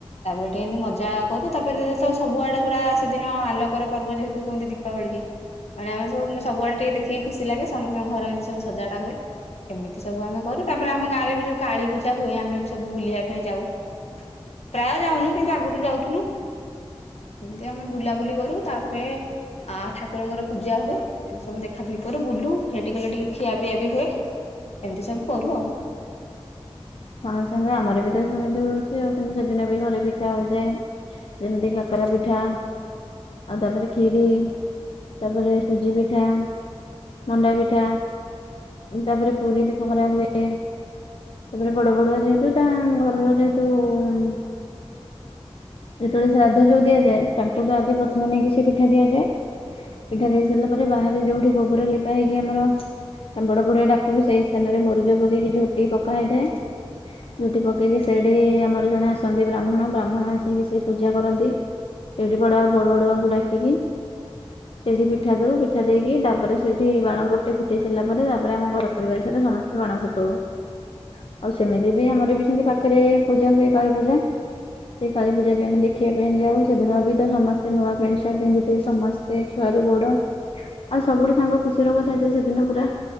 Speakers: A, on the left; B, on the left.
A: ତାପରେ ଟିକେ ଏମିତି ମଜା କରୁ ତାପରେ ତ ସବୁଆଡେ ପୁରା ସେଦିନ ଆଲୋକର ପର୍ବ ଯେହେତୁ <unintelligible> ଦୀପାବଳିକି ମାନେ ଆମେ ସୁବୁଆଡେ ଟିକେ ଦେଖିକି ଖୁସି ଲାଗେ ସମସ୍ତଙ୍କ ଘର ଏମିତିବୁ ସଜଡା ହୁଏ। ଏମିତି ସବୁ ଆମେ କରୁ ତାପରେ ଆମ ଗାଁରେ ବି ଯଉ ପୂଜା ହୁଏ ଆମେ ବି ସବୁ ବୁଲିବା ପାଇଁ ଯାଉ। ପ୍ରାୟ ଯାଉନୁ କିନ୍ତୁ ଆଗରୁ ଯାଉଥିଲୁ। ଏମିତି ଆମେ ବୁଲାବୁଲି କରୁ ତାପରେ ଆ ଠାକୁରଙ୍କର ପୂଜା ହୁଏ। ଏମିତି ସବୁ ଦେଖାଦଖି କରୁ ବୁଲୁ ହେଇଠି କଲେ ଟିକେ ଖିଆପିଆ ବି ହୁଏ ଏମିତି ସବୁ କରୁ ଆଉ।
B: ହଁ ସାଙ୍ଗେ ଆମର ବି ତ ସେମିତି ହଉଛି ଆଉ କିନ୍ତୁ ସେଦିନ ବି ଘରେ ପିଠା ହୋଇଥାଏ। ଯେମିତି କାକରା ପିଠା ଆଉ ତାପରେ କ୍ଷୀରି ତାପରେ ସୁଜି ପିଠା। ମଣ୍ଡା ପିଠା ତାପରେ ପୁରୀ ବି କରା ହୁଏ। ତାପରେ ବଡ଼ ବଡ଼ୁଆ ଯେହେତୁ ତା ଘରର ଯେହେତୁ ଉଁ ଯେତେବେଳେ ଶ୍ରାଦ୍ଧ ଯୋଉ ଦିଆଯଏ ତାକୁ ତ ଆଗେ ପ୍ରଥମେ ନେଇକି ସେ ପିଠା ଦିଆଯାଏ। ପିଠା ଦେଇ ସାରିଲା ପରେ ବାହାରେ ଯୋଉଠି ଗୋବର ଲିପା ହେଇକି ଆମର ତା ବଡ ବଡଆ ଡାକ୍ତରକୁ ସେଇ ସ୍ଥାନରେ ମରୁଜ ପକେଇକି ଝୋଟିି ପକା ହେଇଥାଏ। ଝୋଟି ପକେଇକି ସେଠି ଆମର ଜଣେ ଆସନ୍ତି ବ୍ରାହ୍ମଣ ବ୍ରାହ୍ମଣ ଆସିକି ସେ ପୂଜା କରନ୍ତି। ସେଠି ବଡା ବଡ଼ ବଡ଼ୁଆଙ୍କୁ ଡାକିକି
A: ହଁ
B: ସେଇଠି ପିଠା ଦଉ ପିଠା ଦେଇକି ତାପରେ ସେଇଠି ବାଣ ଗୋଟେ ଫୁଟେଇ ସାରିଲା ପରେ ତାପରେ ଆମ ଘର ପରିବାର ସାରା ସମସ୍ତେ ବାଣ ଫୁଟଉ ଆଉ ସେମିତି ବି ଆମର ବି ସେମତି ପାଖରେ ପୂଜା ହୁଏ କାଳୀ ପୂଜା ସେଇ କାଳି ପୂଜା ବି ଆମେ ଦେଖିବା ପାଇଁ ଯାଉ ସେଦିନ ବି ତ ସମସ୍ତେ ନୂଆ ପ୍ୟାଣ୍ଟ ସାର୍ଟ ପିନ୍ଧିଥିବେ ସମସ୍ତେ ସେ <unintelligible> ବୋଡ ଆଉ ସବୁଠୁ ସାଙ୍ଗ ଖୁସିର କଥା ଯେ ଅଛି ସେଦିନ ପୁରା